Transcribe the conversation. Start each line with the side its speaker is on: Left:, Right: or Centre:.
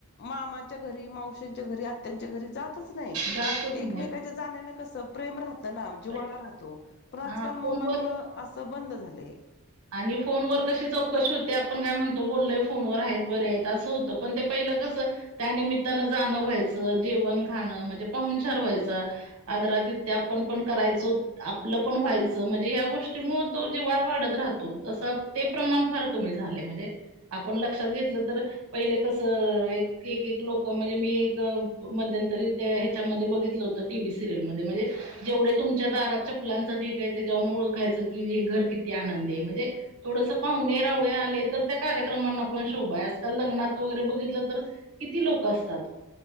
Left: मामाच्या घरी मावशच्या घरी आत्यांच्या घरी जातच नाय
Right: जातच
Left: एकमेकच्या
Right: नाही.
Left: जाण्यान कस प्रेम राहत ना जिवाळा
Right: प्रेम
Left: राहतो. पण आजकाल
Right: हां, फोनवर
Left: मोबाईल मुळ असं बंद झालंय.
Right: आणि फोनवर कशी चौकशी होते आपण काय म्हणतो बोललोय फोनवर आहेत बरे आहेत असं होतं, पण ते पहिलं कसं त्यानिमित्तानं जाणं व्हायचं जेवण खाणं म्हणजे पाहूनचार व्हायचा. आदरादित्य आपण पण करायचो. आपलं पण व्हायचं म्हणजे ह्या गोष्टी मूळ तो जिव्हाळा वाढत राह तो तस ते प्रमाण फार कमी झालंय. म्हणजे आपण लक्षात घेतलं तर पहिले कसं एक एक लोक म्हणजे मी एक मध्यंतरी त्या ह्याच्यामध्ये बघितलं होतं. टीव्ही सिरीयल मध्ये म्हणजे जेवढे तुमच्या दारात चपलांचा ढीग आय तेज्यावन ओळखायचं की हे घर किती आनंदी आय. थोडस पाहुणे राहुळे आले तर त्या कार्यक्रमांना पण शोभा आय आजकाल लग्नात वगैरे बघितलं तर किती लोक असतात.